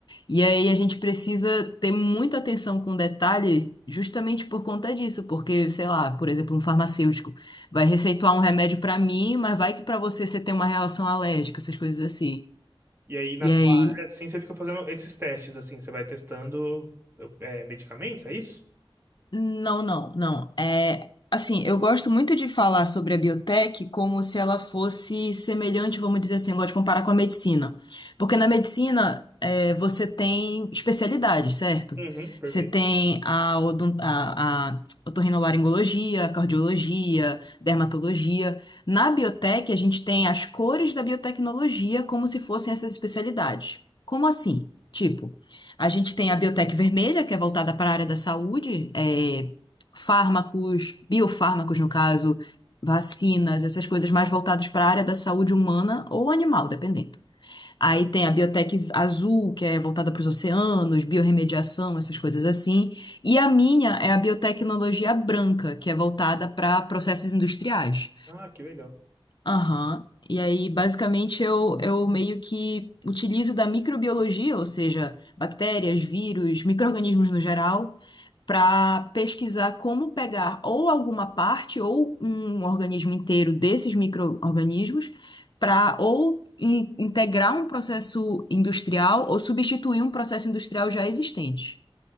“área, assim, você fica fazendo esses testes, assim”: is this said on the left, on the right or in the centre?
Right